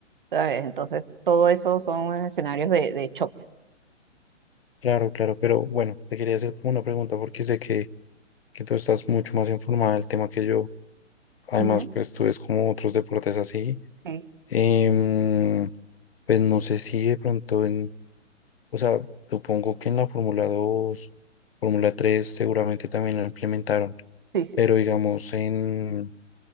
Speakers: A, on the right; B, on the left.
A: ¿sabes? Entonces, todo eso son escenarios de, de choques.
B: Claro, claro, pero bueno, te quería hacer como una pregunta porque sé que, que tú estás mucho más informada del tema que yo. Además,
A: Ujú,
B: pues tú ves como otros deportes así.
A: sí.
B: Em, pues no sé si de pronto en, o sea, supongo que en la Fórmula dos, Fórmula tres seguramente también lo implementaron,
A: Sí, sí.
B: pero digamos en,